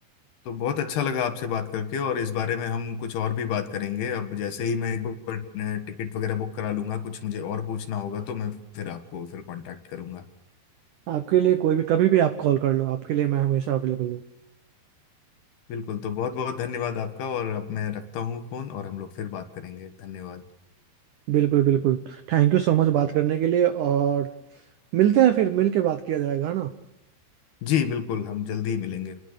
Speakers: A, on the left; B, on the right.
A: तो बहुत अच्छा लगा आपसे बात करके और इस बारे में हम कुछ और भी बात करेंगे अब जैसे ही मैं एक बार टिकट वगैरह बुक करा लूंगा कुछ मुझे और पूछना होगा तो मैं फिर आपको फिर कांटेक्ट करूंगा
B: आपके लिए कोई भी कभी भी आप कॉल कर लो आपके लिए मैं हमेशा अवेलेबल हूँ
A: बिल्कुल तो बहुत बहुत धन्यवाद आपका और अब मैं रखता हूँ फोन और हम लोग फिर बात करेंगे धन्यवाद
B: बिल्कुल बिल्कुल थैंक यू सो मच बात करने के लिए और मिलते हैं फिर मिल के बात किया जाएगा है ना
A: जी बिल्कुल हम जल्दी ही मिलेंगे